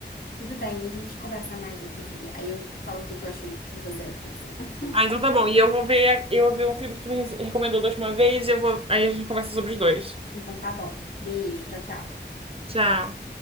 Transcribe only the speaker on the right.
Ah, então tá bom. E eu vou ver, a- eu vou ver um filme que tu me re- recomendou da última vez e eu vou, aí a gente conversa sobre os dois.
Tchau.